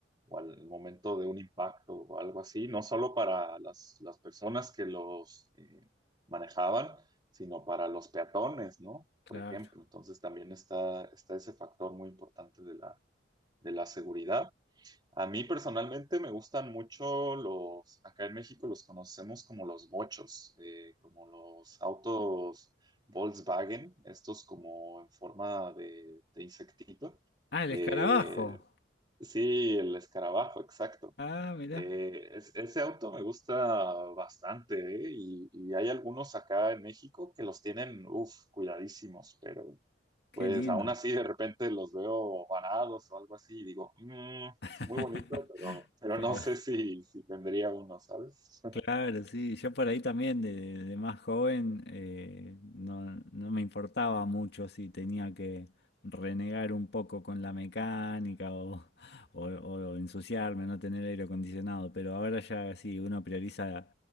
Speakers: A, on the right; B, on the left.
A: o al momento de un impacto o algo así, no solo para las, las personas que los eh, manejaban, sino para los peatones, ¿no?
B: Claro.
A: Por ejemplo, entonces también está, está ese factor muy importante de la, de la seguridad. A mí personalmente me gustan mucho los, acá en México los conocemos como los bochos, eh, como los autos Volkswagen, estos como en forma de, de insectito.
B: Ah, el
A: Eh,
B: escarabajo.
A: sí, el escarabajo, exacto.
B: Ah, mirá,
A: Eh, es- ese auto me gusta bastante, ¿eh? Y, y hay algunos acá en México que los tienen, uff, cuidadísimos, pero
B: qué
A: pues
B: lindo.
A: aún así de repente los veo varados o algo así y digo, "Mm,
B: <laughs>
A: muy bonito, pero, pero
B: Pero
A: no sé si, si tendría uno, ¿sabes? <laughs>
B: Claro, sí, yo por ahí también de, de más joven eh, no, no me importaba mucho si tenía que renegar un poco con la mecánica o, <laughs> o- o ensuciarme, no tener aire acondicionado, pero ahora ya sí, uno prioriza